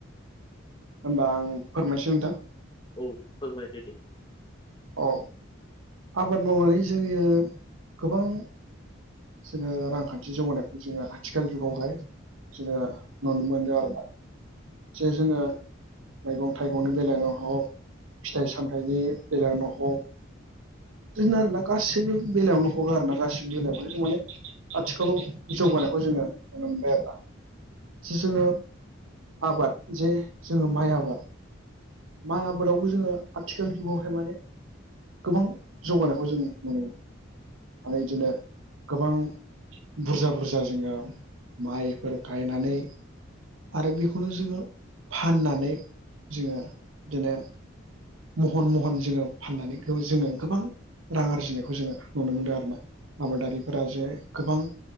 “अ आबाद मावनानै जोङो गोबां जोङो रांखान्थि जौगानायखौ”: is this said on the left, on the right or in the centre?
Right